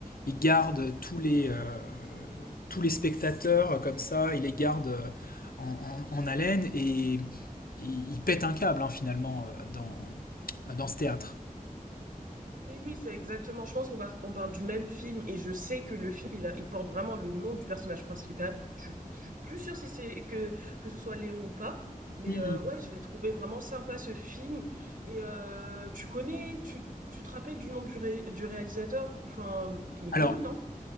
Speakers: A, on the left; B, on the right.
A: il garde tous les, euh, tous les spectateurs euh, comme ça, il les garde euh, en, en- en haleine et il, il pète un câble hein, finalement euh, dans, dans ce théâtre.
B: Oui, oui, c'est exactement. Je pense qu'on par- on parle du même film et je sais que le film, il, a- il porte vraiment le nom du personnage principal. Je, suis je suis plus sûre si c'est que, que ce soit Léon ou pas. Mais
A: Hmm.
B: euh, ouais, je l'ai trouvé vraiment sympa ce film. Et euh, tu connais, tu, tu te rappelles du nom du, ré- du réalisateur? Enfin, il est
A: Alors,
B: connu, non?